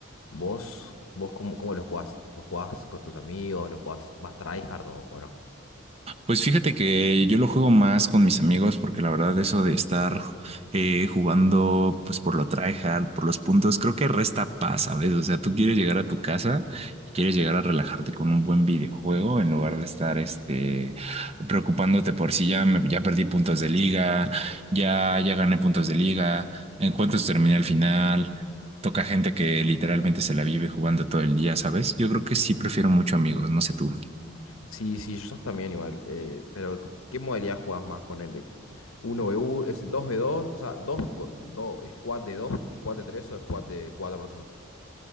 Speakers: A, on the left (about 80°); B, on the right (about 30°).
A: ¿Vos, vos cómo, cómo lo jugás? ¿Lo jugás con tus amigos? ¿Lo jugás más tryhard o, o no?
B: Pues fíjate que yo lo juego más con mis amigos porque la verdad eso de estar eh, jugando pues por lo tryhard, por los puntos, creo que resta paz, ¿sabes? O sea, tú quieres llegar a tu casa y quieres llegar a relajarte con un buen videojuego en lugar de estar este preocupándote por si ya me- ya perdí puntos de liga, ya ya gané puntos de liga, en cuántos terminé el final. Toca gente que literalmente se la vive jugando todo el día, ¿sabes? Yo creo que sí prefiero mucho amigos, no sé tú.
A: Sí, sí, yo también igual. eh, pero, ¿qué modalidad jugás más? Ponele uno v uno, es 2v2, o sea, dos, con, dos, squad de 2, squad de 3 o squad de 4 personas.